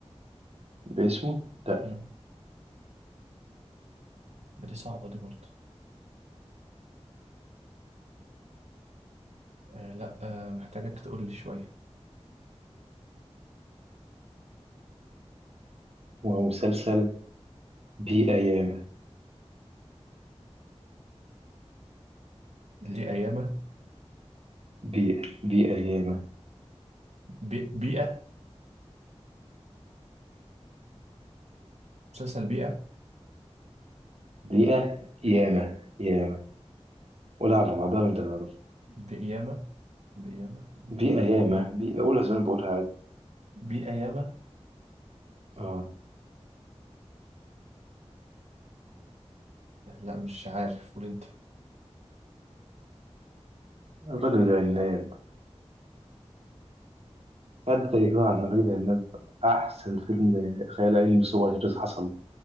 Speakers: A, on the right (about 60°); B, on the right (about 90°).
A: باسمه لأ
B: مم. ما دي صعبة دي برضه آه، لا آه، محتاجك تقول لي شوية
A: هو مسلسل بيئة ياما
B: دي أيامة
A: بيئة بيئة ياما
B: بي- بيئة مسلسل بيئة
A: بيئة ياما ياما قولها على بعضها وأنت تعرف
B: بقيامة بقيامة ب-
A: بيئة ياما بيئة قولها زي ما أنا بقولها عادي
B: بقيامة
A: آه
B: لا مش عارف قول انت
A: الراجل العناد قد تأيتوه عن الرجل العناب أحسن فيلم خيال علمي سوبر هيروز حصل